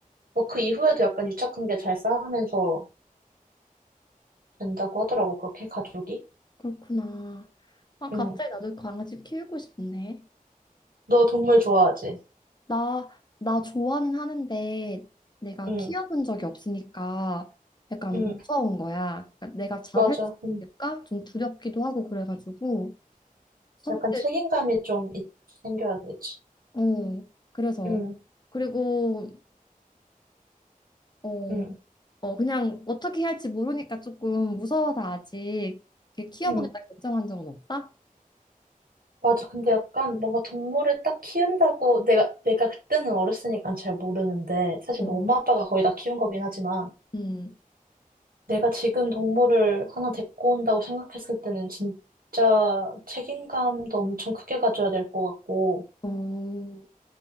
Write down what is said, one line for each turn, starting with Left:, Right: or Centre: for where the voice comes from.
Right: 뭐 그 이후에도 약간 유착관계 잘 쌓으면서 된다고 하더라고, 그렇게 가족이.
Left: 그렇구나. 아, 갑자기
Right: 응.
Left: 나도 강아지 키우고 싶네.
Right: 너 동물 좋아하지?
Left: 나, 나 좋아는 하는데 내가
Right: 응,
Left: 키워본 적이 없으니까 약간
Right: 응,
Left: 무서운 거야. 그러니까 내가 잘할
Right: 맞아.
Left: 수
Right: 응.
Left: 있을까? 좀 두렵기도 하고 그래가지고 선택,
Right: 약간 책임감이 좀 있- 생겨야 되지.
Left: 어, 그래서.
Right: 응,
Left: 그리고, 어,
Right: 응,
Left: 어, 그냥 어떻게 할지 모르니까 조금 무서워서 아직 이렇게 키워보겠다
Right: 응.
Left: 결정한 적은 없다?
Right: 맞아. 근데 약간 뭔가 동물을 딱 키운다고 내가, 내가 그때는 어렸으니까 잘 모르는데 사실
Left: 어,
Right: 뭐 엄마 아빠가 거의 다 키운 거긴 하지만
Left: 음.
Right: 내가 지금 동물을 하나 데리고 온다고 생각했을 때는 진짜 책임감도 엄청 크게 가져야 될 것 같고
Left: 어,